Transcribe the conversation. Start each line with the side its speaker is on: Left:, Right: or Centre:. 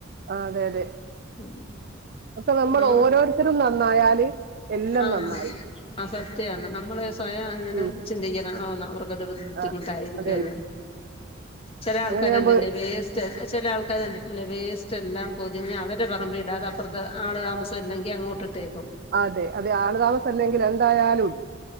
Right: ആഹ് അതെ അതെ
Left: ഉം
Right: അപ്പൊ നമ്മൾ
Left: നമ്മ
Right: ഓരോരുത്തരും നന്നായാല് എല്ലാം
Left: ആഹ്
Right: നന്നായി
Left: ആഹ് സത്യാണ് <unintelligible> അങ്ങനെ
Right: ഉം
Left: ചിന്തിക്കണം ആന്ന് ഒര് ബുദ്ധിമുട്ടായിരിക്കുമല്ലോ
Right: ആ അതെ
Left: ചില ആൾക്കാര്
Right: അങ്ങനെയാകുമ്പോ
Left: കണ്ടില്ലേ വേസ്റ്റ് ചില ആൾക്കാര് കണ്ടിട്ടില്ലേ വേസ്റ്റ് എല്ലാം പൊതിഞ്ഞ് അവരെ പറമ്പിൽ ഇടാതെ അപ്പറത്തെ ആള് താമസം ഇല്ലെങ്കി അങ്ങോട്ടിട്ടേ ക്കും
Right: അതെ അതെ ആളുതാമസം അല്ലെങ്കിൽ എന്തായാലും ഉണ്ട്